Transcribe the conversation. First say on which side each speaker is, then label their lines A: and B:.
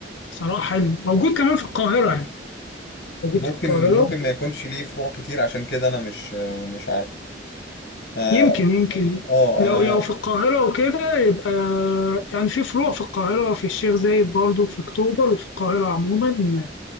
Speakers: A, on the left (about 85°); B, on the left (about 55°).
A: بصراحة حلو موجود كمان في القاهرة يعني موجود
B: ممكن
A: في القاهرة
B: ممكن ما يكونش ليه فروع كتير عشان كده انا مش مش عارف اه
A: يمكن يمكن
B: آه،
A: لو
B: انا
A: لو في القاهرة وكده يبقى يعني في فروع في القاهرة في الشيخ زايد برضه في أكتوبر وفي القاهرة عموما